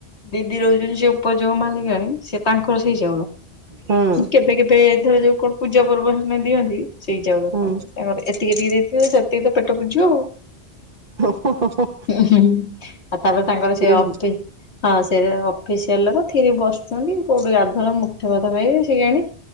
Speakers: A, on the left; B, on the right.
A: ଦିଦି ରହୁଛନ୍ତି ସେ ଉପଯୋଗ ମାନିଲାନି ସେ ତାଙ୍କର ସେଇ ଚାଉଳ
B: ହଁ
A: କେବେ କେବେ ଏଥର ଯୋଉଁ କଣ ପୂଜା ପର୍ବ ହେଲେ ଦିଅନ୍ତି। ସେଇ ଚାଉଳ
B: ହୁଁ
A: ଖାନ୍ତି ତାଙ୍କର ଏତିକି ଦି ଦେଇଥିବ ସେତିକି ତ ପେଟ ପୁଝିବ ଆଉ।
B: ଓ ହଁ ହଁ।
A: ଉହୁଁ ଆଉ ତାପରେ ତାଙ୍କର ସେ ଅପି
B: ହୁଁ
A: ହଁ ସେ ଅଫିସିଆଲ ଥିରି ବସୁଛନ୍ତି। କୋଉଁଠି ଆର ଥର ମୁଠେ ଭାତ ଖାଇ ସେ ଆଣି